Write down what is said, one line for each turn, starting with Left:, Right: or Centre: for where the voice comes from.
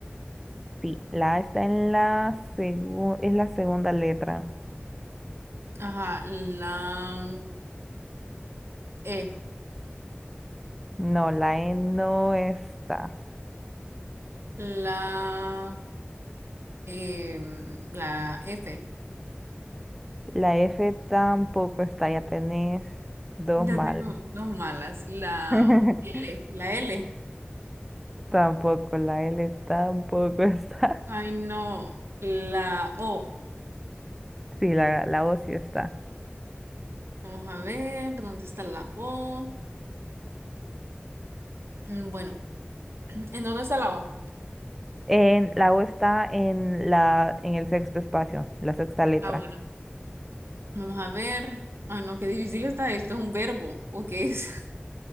Centre: Sí, la A está en la segunda, es la segunda letra.
Right: ajá, la... E,
Centre: No, la E no está.
Right: la, em, la F.
Centre: La F tampoco está, ya tenés dos
Right: Ya
Centre: mal.
Right: tengo dos malas. La
Centre: <laughs>
Right: L, la L.
Centre: Tampoco, la L tampoco <laughs> está.
Right: Ay, no. La O.
Centre: Sí, la, la O sí está.
Right: Vamos a ver, ¿dónde está la O? Mm, Bueno, ¿en dónde está la O?
Centre: En, la O está en la, en el sexto espacio, la sexta letra.
Right: Ah, bueno, vamos a ver. Ah, no, qué difícil está esto. ¿Es un verbo o qué es? <laughs>